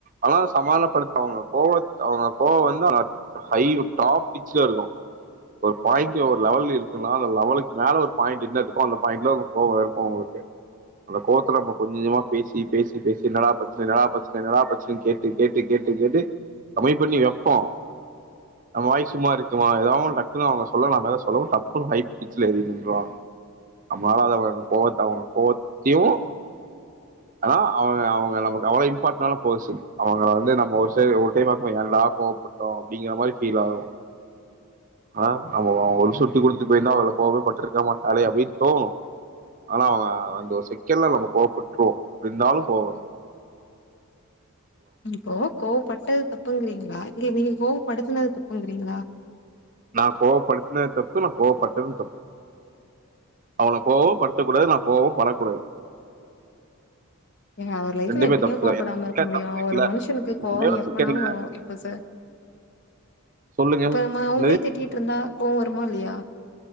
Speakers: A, on the right; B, on the left.
A: ஆனா சமாளப்படுத்தவங்க கோவ அவங்க கோவம் வந்து ஹை டாப் பிச்ல இருக்கும் ஒரு பாயிண்ட் ஒரு லெவல்ல இருக்குலா அந்த லெவலுக்கு மேல ஒரு பாயிண்ட் என்ன இருக்கும் அந்த பாயிண்ட்ல கோவம் இருக்கும் உங்களுக்கு அந்த கோவத்துல நம்ம கொஞ்சமா பேசி பேசி பேசி என்னடா பிரச்சனை என்னடா பிரச்சனை என்னடா பிரச்சனைனு கேட்டு கேட்டு கேட்டு கம்மி பண்ணி வைப்போம் நம்ம வாய் சும்மா இருக்குமா ஏதாவ அவங்க சொல்ல நம்ம சொல்லோம் தப்புன்னு ஹை பிச்சல ஏறி நின்டுருவாங்க நம்னால அத கோவத்தை அவங்க கோவத்தையும் ஆனா அவங்க அவங்க நமக்கு அவ்வளவு இம்பார்டன்னான பேர்சன் அவங்க வந்து நம்ம ஒரு ஒரு டைம் என்டா கோவப்பட்டோம் அப்படிங்கிற மாதிரி ஃபீல் ஆகும் ஆஹா நம்ம அவங்க சுட்டி கொடுத்துட்டு போயிருந்தா அவல கோவப்பட்டிருக்க மாட்டாலே அப்படின்னு தோணும் ஆனா அவங்க வந்து ஒரு செகண்ட்ல நம்ம கோவப்ப போ இருந்தாலு கோவம் வரும்
B: இப்போ கோ பட்டது தப்புங்கிறீங்களா இ நீங்க கோவப்படுத்துனது தப்புங்கிறீங்களா
A: நான் கோவப்படுத்தினது தப்பு நான் கோவப்பட்டது தப்பு அவள கோபம் படுத்தக்க கூடாது நான் கோபம் படக்கூடாது
B: ஏங்க அவர் லைஃப்ல
A: ரெண்டுமே
B: எப்படிங்க
A: தப்பு
B: கோவப்படாம
A: தான்
B: இருக்க முடியும்
A: தப்பு இருக்குல்ல
B: ஒரு மனுஷனுக்கு கோவம்
A: ஒரே ஒரு
B: எப்பனாலும்
A: செகண்ட்ல
B: வரும் இப்ப சார்
A: சொல்லுங்க
B: இப்ப நம் அவங்களே
A: என்னது
B: திட்டிட்டு இருந்தா கோ வருமால்லையா